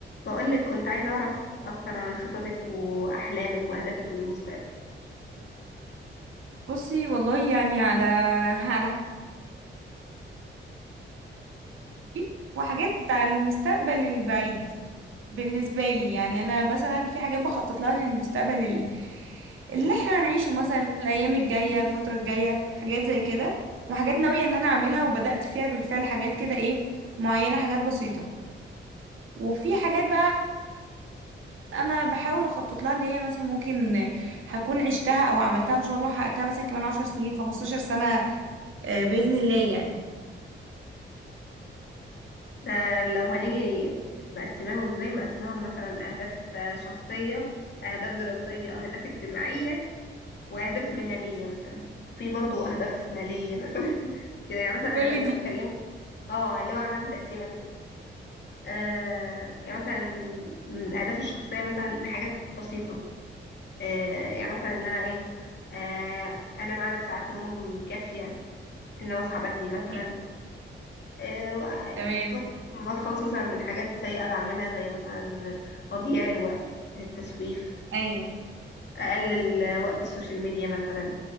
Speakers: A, on the left; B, on the right.
A: بقولك كنت عايزة أعرف أكتر عن خططك وأحلامك وأهدافك للمستقبل
B: بصي والله يعني على <laughs> على حاجات وحاجات على المستقبل البعيد بالنسبة لي يعني أنا مثلا في حاجات بخطط لها للمستقبل ال- اللي احنا هنعيشه مثلا الأيام الجاية الفترة الجاية حاجات زي كده وحاجات ناوية إن أنا أعملها وبدأت فيها بالفعل حاجات كده إيه معينة حاجات بسيطة وفي حاجات بقى أنا بحاول أخطط لها اللي هي مثلا ممكن هكون عشتها أو عملتها إن شاء الله وحققتها مثلا كمان عشر سنين خمستاشر سنة آه، بإذن الله يعني
A: ده لو هنيجي مقسماهم إزاي مقسماهم مثلا أهداف آه، شخصية أهداف دراسية أهداف اجتماعية وأهداف مهنية مثلا في برضو أهداف مالية <laughs> مثلا كده يعني مثلا
B: كل
A: أهداف لو اتكلمت اه اللي هو عاملاهم تقسيمة كده آه يعني مثلا من الأهداف الشخصية مثلا حاجات بسيطة آه يعني مثلا إن أنا إيه آه أنام عدد ساعات نوم كافية إن أنا أصحى بدري مثلا
B: دي
A: آه،
B: تمام
A: وأ- ما اتخلص مثلا من حاجات سيئة بعملها زي مثلا تضييع الوقت التسويف
B: ايوه
A: اقلل وقت السوشيال ميديا مثلا